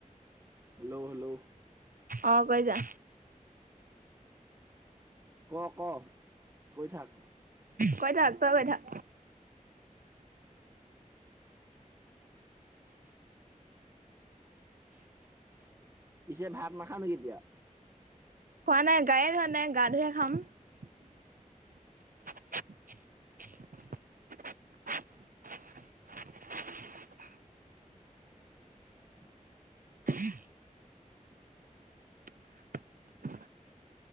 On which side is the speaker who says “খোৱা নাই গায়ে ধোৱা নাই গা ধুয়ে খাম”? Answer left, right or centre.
Right